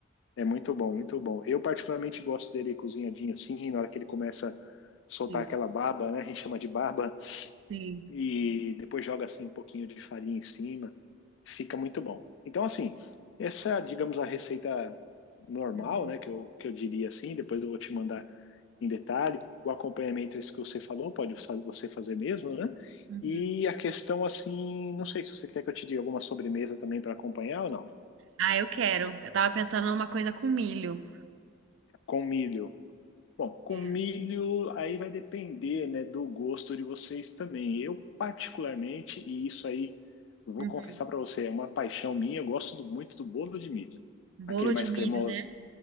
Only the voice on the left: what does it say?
é muito bom, muito bom. Eu particularmente gosto dele cozinhadinho assim, na hora que ele começa a soltar
aquela baba, né? A gente chama de baba,
e depois joga assim um pouquinho de farinha em cima. Fica muito bom. Então, assim, essa, digamos, a receita normal,
né? Que eu, que eu diria assim, depois eu vou te mandar em detalhe. O acompanhamento, esse que você falou, pode você fazer mesmo, né?
E a questão assim, não sei se você quer que eu te diga alguma sobremesa também para acompanhar ou não.
Com milho. Bom, com
milho aí vai depender, né, do gosto de vocês também. Eu particularmente, e isso aí eu vou
confessar para você, é uma paixão minha, eu gosto do- muito do bolo de milho.
Aquele mais
cremoso.